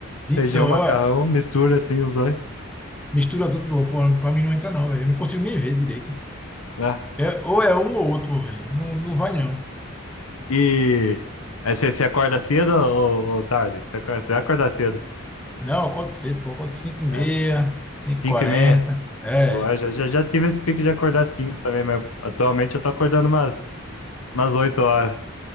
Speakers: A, in the centre; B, on the left (about 80°).
A: Então,
B: Feijão, macarrão,
A: ó,
B: mistura assim os dois.
A: mistura tudo, pô, pô, pra mim não entra não, velho. Eu não consigo nem ver direito.
B: É.
A: É, ou é um ou outro, velho. Não, não vai não.
B: E aí você, você acorda cedo ou, ou tarde? Você acorda, você acorda cedo.
A: Não, eu acordo cedo, pô. Eu acordo cinco h 30
B: É,
A: 5h40.
B: cinco e meia.
A: É.
B: Boa, já, já, já tive esse pique de acordar cinco também, mas atualmente eu tô acordando umas, umas oito horas.